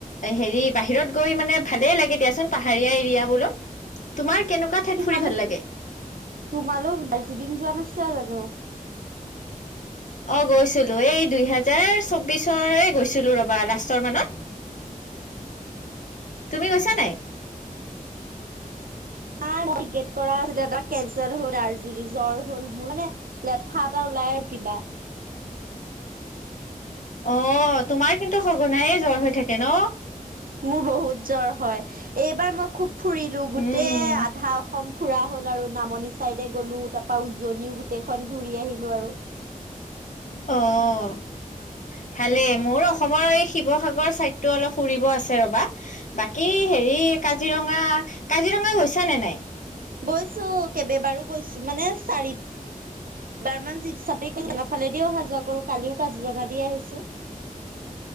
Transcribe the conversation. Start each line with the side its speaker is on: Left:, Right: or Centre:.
Left: হেৰি বাহিৰত গৈ মানে ভালেই লাগে দিয়াচোন। পাহাৰীয়া এৰিয়াবোৰত। তোমাৰ কেনেকুৱা ঠাইত
Right: তোমালোক
Left: ফুৰি ভাল লাগে?
Right: তোমালোক দাৰ্জিলিং যোৱা নাছিলা জানো?
Left: অঁ গৈছিলো, এই দুই হেজাৰ চৌবিশৰে গৈছিলো ৰবা লাষ্টৰ মানত। তুমি গৈছা নাই?
Right: নাই মোৰ টিকেট কৰা আছিল কেন্সেল হ'ল। দাৰ্জিলিং জ্বৰ হল মোৰ মানে লেঠা এটা ওলাই আৰু কিবা।
Left: অ তোমাৰ কিন্তু সঘনাইে জ্বৰ হৈ থাকে ন।
Right: মোৰ বহুত জ্বৰ হয়। এইবাৰ মই খুব ফুৰিলো গোটেই
Left: উম
Right: আধা অসম ফুৰা হ'ল আৰু নামনি চাইডে গ'লো, তাৰ পৰা উজনিও গোটেইখন ঘূৰি আহিলো আৰু।
Left: অ ভালে মোৰ অসমৰ এই শিৱসাগৰ চাইডতটো অলপ ফুৰিব আছে ৰ'বা। বাকী হেৰি কাজিৰঙা কাজিৰঙা গৈছা নে নাই?
Right: গৈছো কেইব বাৰো গৈছো, যেতিয়া মানে চাৰি এবাৰমান জীপ চাফি কৰি কাজিৰঙা ফালেদি অহা যোৱা কৰো, কালিও কাজিৰঙা দি আহিছো।